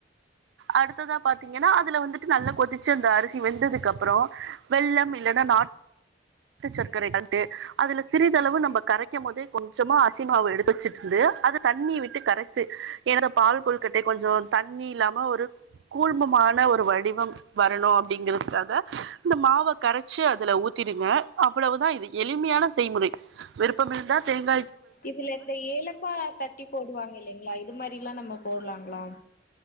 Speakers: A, on the right (about 80°); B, on the left (about 55°).
A: அடுத்ததா பாத்தீங்கன்னா அதுல வந்துட்டு நல்லா கொதிச்சி அந்த அரிசி வெந்ததுக்கப்புறம் வெள்ளம் இல்லன்னா நாட்டு சர்க்கரை <unintelligible> அதுல சிறிதளவு நம்ம கரைக்கும் போதே கொஞ்சமா அசிமாவு எடு வச்சுட்டுந்து அத தண்ணி விட்டு கரசு என்னோட பால் கொள்கட்டை கொஞ்சம் தண்ணி இல்லாம ஒரு கூழ்மமான ஒரு வடிவம் வரணும் அப்படிங்கிறதுக்காக இந்த மாவ கரச்சி அதுல ஊத்திடுங்க அவ்வளவுதான் இது எளிமையான செய்முறை விருப்பம் இருந்தா செய்ங்க
B: இதுல இந்த ஏலக்கா தட்டி போடுவாங்க இல்லைங்ளா இது மாரி லா நம்ம போட்லாங்ளா